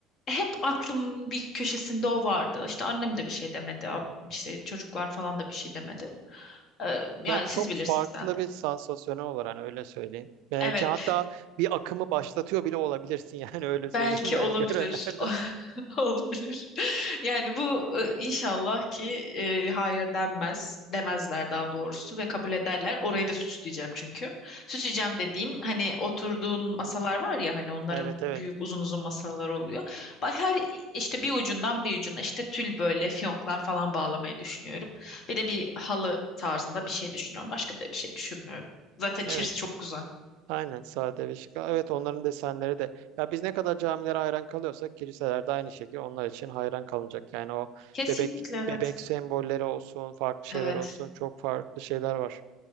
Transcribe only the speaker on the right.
Ya çok
farklı
bir sansasyonel olur hani öyle söyleyeyim. Belki
hatta bir akımı başlatıyor bile olabilirsin <laughs> yani öyle söyleyeyim
yani
görenlerden.
Evet evet.
Yani
evet.
Aynen sade ve şık. Evet onların desenleri de. Ya biz ne kadar camilere hayran kalıyorsak kiliselerde aynı şekilde onlar için hayran kalınacak. Yani o
bebek
bebek sembolleri olsun, farklı şeyler
olsun, çok farklı şeyler var.